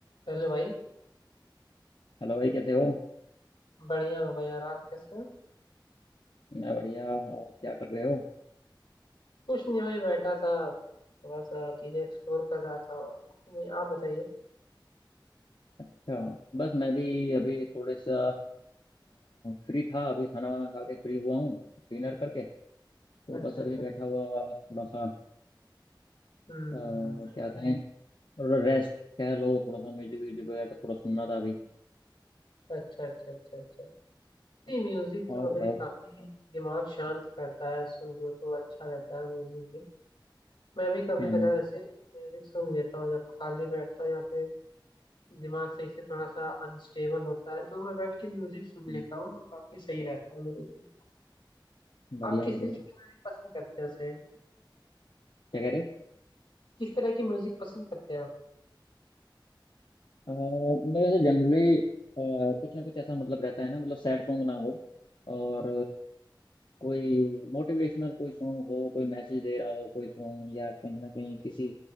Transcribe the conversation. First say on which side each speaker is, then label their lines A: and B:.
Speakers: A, on the left; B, on the left.
A: चलो भाई
B: Hello भाई कैसे हो
A: बढ़िया हो भाई और आप कैसे हो
B: मैं बढ़िया और क्या कर रहे हो
A: कुछ नहीं भाई बैठा था थोड़ा सा चीजें एक्सप्लोर कर रहा था और नहीं आप बताइए
B: अच्छा बस मैं भी अभी थोड़े सा फ्री था अभी खाना वाना खा के फ्री हुआ हूँ डिनर करके तो
A: अच्छा
B: बस
A: अच्छा
B: अभी बैठा
A: अच्छा
B: हुआ थोड़ा सा अ,
A: हम्म
B: क्या कहें थोड़ा रेस्ट कह लो थोड़ा सा म्यूजिक व्यूजिक वगैरह थोड़ा सुनना था अभी
A: अच्छा अच्छा अच्छा अच्छा नहीं म्यूजिक
B: और
A: तो मतलब
B: बताओ
A: कि काफी दिमाग शांत करता है सुन लो तो अच्छा रहता है म्यूजिक भी मैं भी कभी
B: हम्म
A: कदार
B: हम्म
A: ऐसे म्यूजिक सुन लेता हूँ जब खाली बैठता हूँ या फिर दिमाग सही से थोड़ा सा अनस्टेबल होता है तो मैं बैठ के म्यूजिक सुन
B: हम्म,
A: लेता हूँ तो काफी सही रहता है मेरे लिए
B: बढ़िया
A: आप किस
B: बढ़िया
A: तरीके की म्यूजिक पसंद करते हैं वैसे
B: क्या कह रहे
A: किस तरह की म्यूजिक पसंद करते हैं आप
B: अ, मैं वैसे जनरली कुछ ना कुछ ऐसा मतलब रहता है ना मतलब सैड सॉन्ग ना हो और कोई मोटिवेशनल कोई सॉन्ग हो कोई मैसेज दे रहा हो कोई सॉन्ग या कहीं ना कहीं किसी